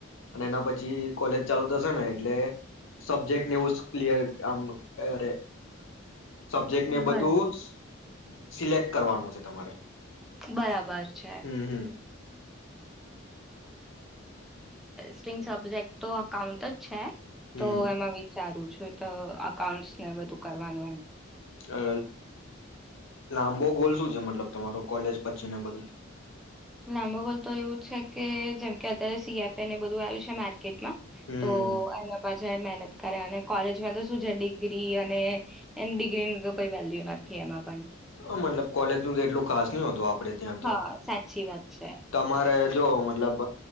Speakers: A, on the left; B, in the centre.
A: અને એના પછી કોલેજ ચાલુ થશે ને એટલે સબ્જેક્ટ ને પ્લીયર આમરે સબ્જેક્ટ
B: હ
A: ને બધું સિલેક્ટ કરવાનો છે તમારે.
B: બરાબર છે.
A: હમ હમ
B: સ્ટિંગ સબ્જેક્ટ તો અકાઉન્ટ જ છે
A: હમ
B: તો એમાં વિચારું છું. જો તો અકાઉન્ટને બધું કરવાનું.
A: અ લાંબો ગોલ શું છે. મતલબ તમારો કોલેજ પછી ને બધું?
B: લાંબો ગોલ તો એવું છે, કે જેમકે અત્યારે સીએફએને બધું આવ્યું છે. માર્ટ
A: હમ
B: તો એના મહેનત કરે અને કોલેજમાં તો શું છે, ડિગ્રી અને એ ડિગ્રી ન તો કોઈ વેલ્યુ નથી, એમાં પણ
A: હ મતલબ કોલેજ ન, તો એટલું ખાસ ન હતુ આપ આપડે, ત્યાં તો
B: હા સાચી વાત છે.
A: તમારે જો મતલબ